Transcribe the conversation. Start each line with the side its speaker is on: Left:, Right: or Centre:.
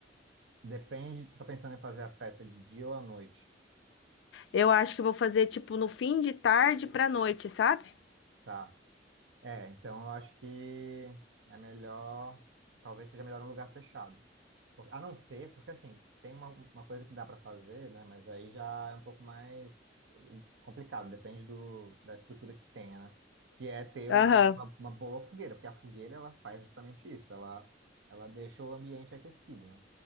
Right: Depende, tu tá pensando em fazer a festa de dia ou à noite,
Left: Eu acho que eu vou fazer tipo no fim de tarde para noite, sabe?
Right: tá? É, então eu acho que é melhor, talvez seja melhor num lugar fechado. Por- A não ser, porque assim, tem uma, uma coisa que dá para fazer, né? Mas aí já é um pouco mais complicado, depende do, da estrutura que tenha, né? Que é ter
Left: Aham.
Right: uma, uma, uma boa fogueira, porque a fogueira ela faz justamente isso, ela, ela deixa o ambiente aquecido, né?